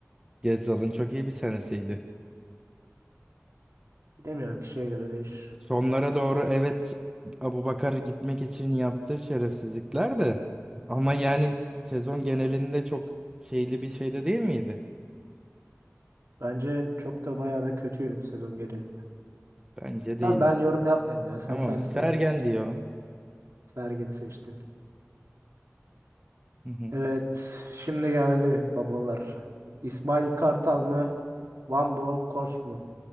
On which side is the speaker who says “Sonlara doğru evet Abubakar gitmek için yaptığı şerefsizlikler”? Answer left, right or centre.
Right